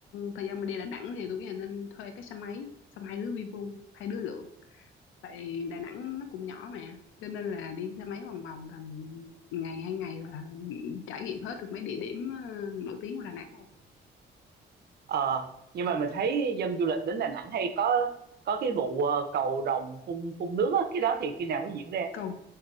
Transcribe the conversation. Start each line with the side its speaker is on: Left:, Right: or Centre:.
Left: thời gian mà đi Đà Nẵng thì tôi nghĩ là nên thuê cái xe máy xong hai đứa vi vu hai đứa lượn tại Đà Nẵng nó cũng nhỏ mà cho nên là đi xe máy vòng vòng tầm ngày hai ngày là trải nghiệm hết được mấy địa điểm ờ, nổi tiếng của Đà Nẵng rồi
Right: Ờ, nhưng mà mình thấy dân du lịch đến Đà Nẵng hay có có cái vụ ờ, cầu rồng phun phun nước á, cái đó thì khi nào mới diễn ra?
Left: còn